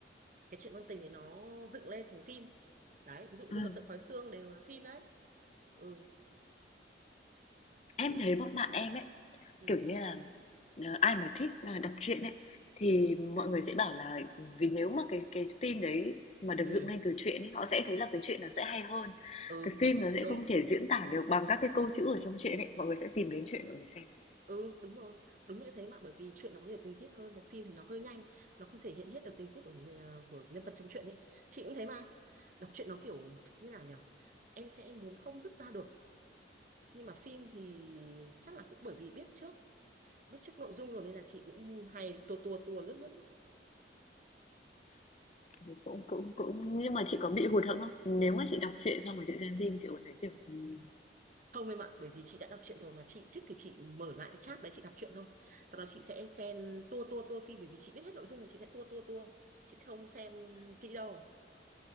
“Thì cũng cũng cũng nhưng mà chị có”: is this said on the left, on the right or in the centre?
Left